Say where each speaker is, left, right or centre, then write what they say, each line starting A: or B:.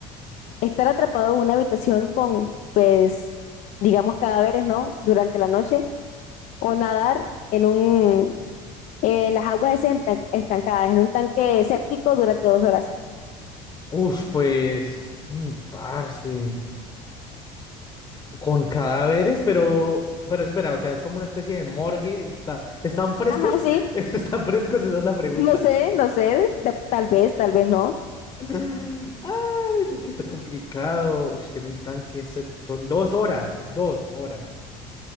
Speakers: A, on the left; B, on the left.
A: ¿Estar atrapado en una habitación con, pues, digamos, cadáveres, ¿no? Durante la noche o nadar en un, en las aguas esas entan- estancadas, en un tanque séptico durante dos horas.
B: Uf, pues, uy, parce, con cadáveres, pero, pero espera, o sea, es como una especie de morgue, está, ¿están frescos?
A: Ajá, sí.
B: <laughs> ¿Están frescos? Esa es la pregunta.
A: No sé, no sé. de- Tal vez, tal vez no.
B: Ay, porque está complicado. Uf, es que en un tanque se- son dos horas, dos horas.